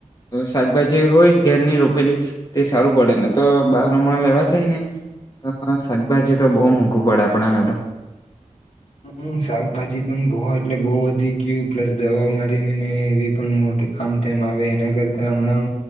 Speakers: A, on the left; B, on the left.
A: શાકભાજી હોય, ઘરની રોપેલી તે સારું પડે ને તો બહાર હમણા લેવા જાય ને શાકભાજી તો બહુ મોંઘું પડે આપણાને તો
B: હમ, શાકભાજી પણ બવ એટલે બહુ વધી ગયું, પ્લસ દવા મારીને નહી એવી પણ મોટી આમ તેમ આવે એના, કરતા હમણાં